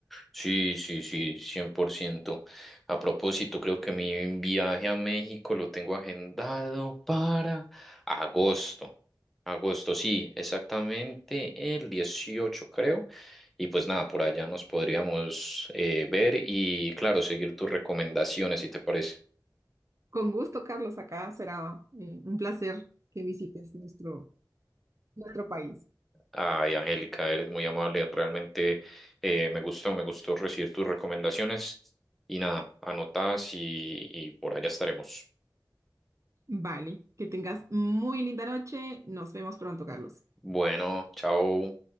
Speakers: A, in the centre; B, on the right.
A: Sí, sí, sí, 100%. A propósito, creo que mi viaje a México lo tengo agendado para agosto. Agosto, sí, exactamente el 18, creo. Y pues nada, por allá nos podríamos eh, ver y, claro, seguir tus recomendaciones, si te parece.
B: Con gusto, Carlos, acá será eh, un placer que visites nuestro... nuestro país.
A: Ay, Angélica, eres muy amable. Realmente eh, me gustó, me gustó recibir tus recomendaciones. Y nada, anotadas y, y por allá estaremos.
B: Vale, que tengas muy linda noche. Nos vemos pronto, Carlos.
A: Bueno, chao.